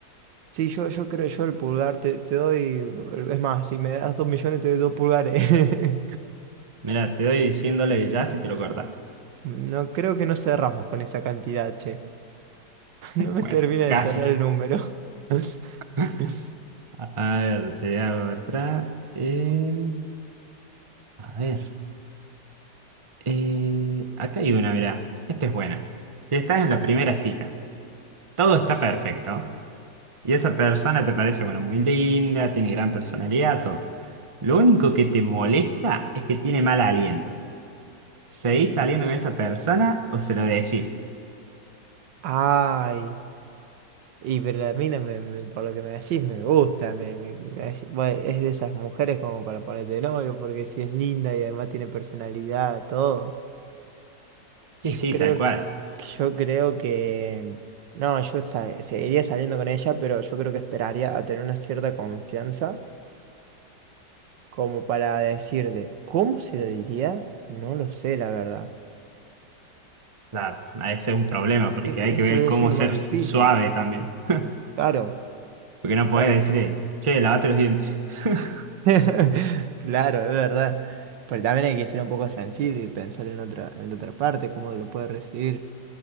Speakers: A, on the right; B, on the right.
A: Sí, yo, yo creo, yo el pulgar te, te doy... Es más, si me das dos millones te doy dos pulgares. <laughs>
B: Mira, te doy cien dólares ya si te lo cortas.
A: No creo que no cerramos con esa cantidad, che. <laughs> No me
B: Bueno,
A: termina
B: casi.
A: de cerrar el número. <laughs>
B: <laughs> A a ver, te hago otra. Em, a ver, eh, acá hay una, mirá. Esta es buena. Si estás en la primera cita. todo está perfecto. Y esa persona te parece, bueno, muy linda, tiene gran personalidad, todo. Lo único que te molesta es que tiene mal aliento. ¿Seguís saliendo con esa persona o se lo decís?
A: Ay, y pero la mina me- me- por lo que me decís me gusta, me, me- me dec- bueno, es de esas mujeres como para ponerte de novio, porque si es linda y además tiene personalidad, todo.
B: Y
A: Yo
B: sí,
A: creo,
B: tal cual.
A: yo creo que... No, yo sa- seguiría saliendo con ella, pero yo creo que esperaría a tener una cierta confianza como para decirle, ¿cómo se lo diría? No lo sé, la verdad.
B: O sea, ese es un problema porque
A: E-
B: hay que
A: Eso
B: ver
A: debe
B: cómo
A: ser lo
B: ser
A: más difícil.
B: suave también. <laughs>
A: Claro.
B: Porque no podés
A: tal-
B: decirle, che, lavate los dientes. <laughs>
A: <laughs> Claro, es verdad. Pero también hay que ser un poco sensible y pensar en la otra, en la otra parte, cómo lo puede recibir.